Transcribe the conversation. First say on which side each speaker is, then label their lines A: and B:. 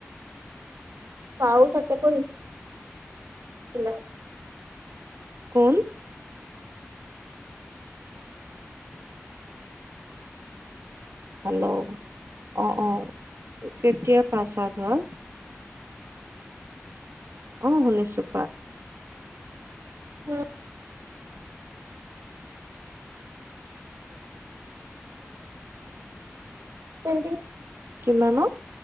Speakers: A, on the right; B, on the right.
A: বা ও তাতে পঢ়ি ছিলে।
B: কোন? হেল্ল' অঁ অঁ, কেতিয়া পাছ আউট হোৱা? অ শুনিছো কোৱা।
A: হ তে <unintelligible>
B: কিমানত